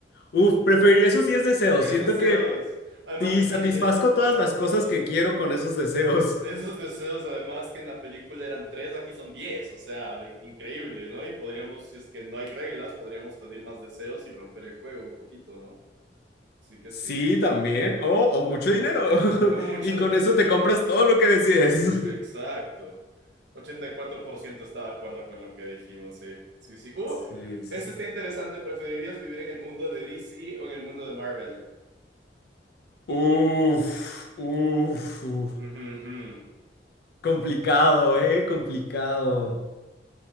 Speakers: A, on the left; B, on the right.
A: uff, preferiría esos 10 deseos.
B: Diez
A: Siento
B: deseos.
A: que
B: Además
A: sí,
B: de
A: satisfazco
B: que diez...
A: todas
B: Ajá.
A: las cosas que quiero con esos deseos.
B: Esos deseos, además que en la película eran tres, aquí son diez, o sea, increíble, ¿no? Y podríamos, si es que no hay reglas, podríamos pedir más deseos y romper el juego un poquito, ¿no? Sí que
A: Sí,
B: sí. <laughs>
A: también, o, o mucho dinero.
B: No
A: <laughs>
B: mucho
A: Y con
B: de...
A: eso te compras todo lo que decides.
B: <laughs> Sí,
A: <laughs>
B: Exacto. ochenta y cuatro por ciento está de acuerdo con lo que dijimos, sí. Sí, sí. ¡Uh!
A: Sí, sí,
B: Este
A: sí.
B: está interesante. ¿Preferirías vivir en el mundo de DC o en el mundo de Marvel?
A: Uf, uf, uf.
B: Ujú, ujú.
A: Complicado, ¿eh? Complicado.